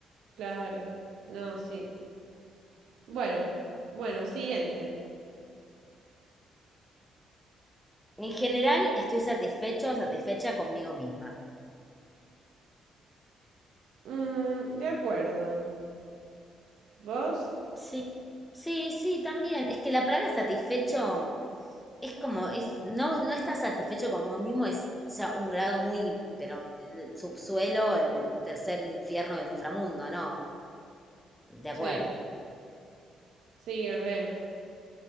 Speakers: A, on the right (about 75°); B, in the centre.
A: Claro. No, sí. Bueno, bueno, siguiente.
B: En general estoy satisfecho o satisfecha conmigo misma.
A: Mm, de acuerdo. ¿Vos?
B: Sí, sí, sí, también. Es que la palabra satisfecho es como, es, no, no está satisfecho con vos mismo, es ya un grado muy, pero el subsuelo, el tercer infierno del inframundo, ¿no? De acuerdo.
A: Sí. Sí, re.